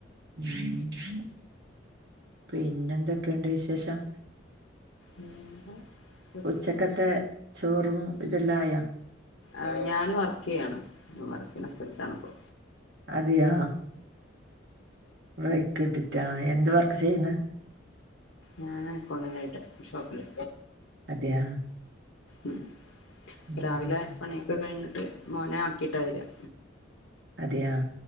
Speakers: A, on the right; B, on the left.
A: ഉം പിന്നെന്തെക്കെണ്ട് വിശേഷം
B: വേറെ പ്രത്യേകിച്ച്
A: ഉച്ചക്കത്തെ ചോറും ഇതെല്ലാം ആയാ
B: ആഹ് ഞാന് വർക്ക് ചെയ്യാണ് വർക്ക് ചെയ്യുന്ന സ്ഥലത്താണ് ഇപ്പോ.
A: അതെയോ ബൈക്ക് ഇട്ടിട്ടാ എന്ത് വർക്ക്. ചെയ്യുന്ന
B: ഞാന് അക്കൗണ്ടന്റ് ആയിട്ട് ഷോപ്പില്.
A: അതെയാ
B: ഉം
A: ഉം
B: രാവിലെ പണിയൊക്കെ കഴിഞ്ഞ് മോനെ ആക്കിട്ടാ വരുവാ
A: അതെയാ